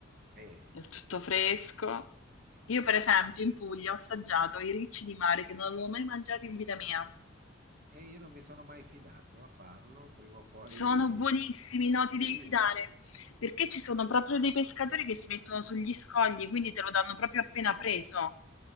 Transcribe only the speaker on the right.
Eh sì,
sì, sì.
E io non mi sono mai fidato a farlo, prima o poi.
Sì.